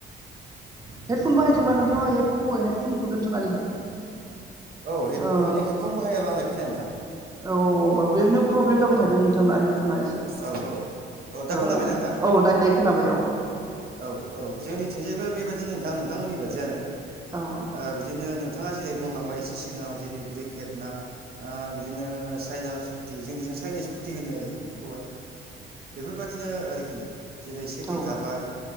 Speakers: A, on the right; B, on the right.
A: खोनाबायना
B: हेडफन
A: नोंथां
B: बाहायदोंबा नोंथाङा हेड हेडफनखौ दोन्थ'नानै हो
A: औ हे
B: ओ
A: माने हेडफन बाहायाबा आंना खोनाया नोंथां
B: औ-औ होमबा बेनो प्रब्लेम जाबाय
A: औ
B: थादों नोंथांना हेडफना एसे
A: औ औ दा
B: औ
A: खोनाबायना
B: नै औ दडाइरेक्ट खाबाय औ।
A: औ-औ जोंनिथिंजायबो बेबादिनो नोंथां नोंथांमोननि बादियानो।
B: औ
A: ओ बिदिनो नों नोंथाङा जेरै बुंलांबाय एसे सिगाङाव जेरै ब्रिकेट ना बिदिनो चाइनास फुथि जोंनिजों चाइनिस फुथि होनो आरोखि बेखौहाय बेफोरबायाददिनो आरोखि जेरै सेफटि
B: औ
A: थाबाय